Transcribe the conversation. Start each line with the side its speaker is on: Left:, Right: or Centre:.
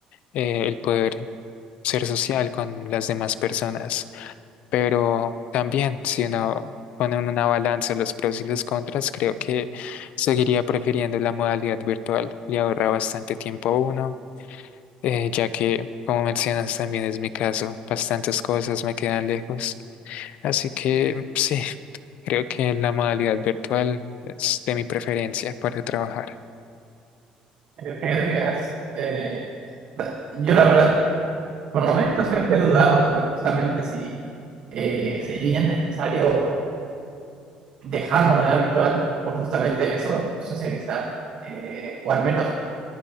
Left: eh, el poder ser social con las demás personas. Pero también, si uno pone en una balanza los pros y los contras, creo que seguiría prefiriendo la modalidad virtual. Le ahorra bastante tiempo a uno, eh, ya que, como mencionas, también es mi caso, bastantes cosas me quedan lejos. Así que sí, creo que la modalidad virtual es de mi preferencia para trabajar.
Right: Eh, fíjate que es, eh, da- yo la verdad, por momentos he he dudado sobre justamente si eh, sería necesario dejar la modalidad virtual por justamente eso, socializar, eh, o al menos